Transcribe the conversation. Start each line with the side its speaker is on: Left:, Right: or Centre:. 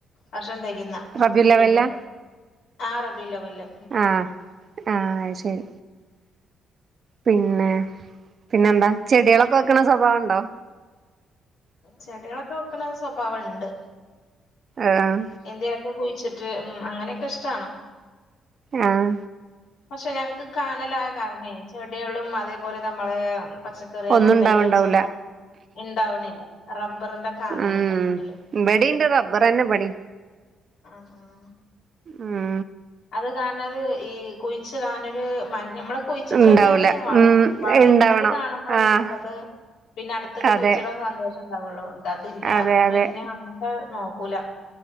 Left: വർഷം തികയുന്ന
Right: റബിയുല്ലവ്വലിലാ
Left: വിടിരുന്നു ആ റബിയുൽ അവല്
Right: ആ ആയ് ശരി പിന്നെ പിന്നെന്താ ചെടികളൊക്കെ വെക്കണ സ്വഭാവംണ്ടോ.
Left: ചെടികളൊക്കെ വെക്കണ സ്വഭാവണ്ട്
Right: ആഹ്
Left: എന്തേലൊക്കെ കുഴിച്ചിട്ട് ഉം അങ്ങനെയൊക്കെ ഇഷ്ട്ടാണ്
Right: ആഹ
Left: പക്ഷെ ഞങ്ങക്ക് കാനലായ കാരണേ? ചെടികളും അതേപോലെ നമ്മള് പച്ച കറി
Right: ഒന്നും
Left: അങ്ങനത്തെ
Right: ഉണ്ടാവണ്ടാവൂല
Left: ഐറ്റംസ് ഒന്നും ഉണ്ടാവുന്നില്ല. റബ്ബറിന്റെ കാനലുണ്ട്
Right: ഉം
Left: വീട്ടില്
Right: ബടിന്റെ റബ്ബറന്നെ ബടി
Left: <unintelligible>
Right: ഉം
Left: അത് കാരണം അത് ഈ കുഴിച്ച് ടാനരു മ നമ്മള് കുഴിച്ചിട്ടാലേ
Right: ഉണ്ടാവൂല
Left: അത് വള
Right: ഉം
Left: വളരത്
Right: ഇണ്ടാവണം
Left: കാണുമ്പോഴേ
Right: ആഹ്
Left: നമുക്കത് പിന്നെ അടുത്തത്
Right: അതെ
Left: കുഴിച്ചിടൻ സന്തോഷം ഉണ്ടാവുള്ളു. ഇത് അതില്ല
Right: അതെ
Left: അപ്പൊ
Right: അതെ
Left: പിന്നെ അങ്ങട്ട് നോക്കൂല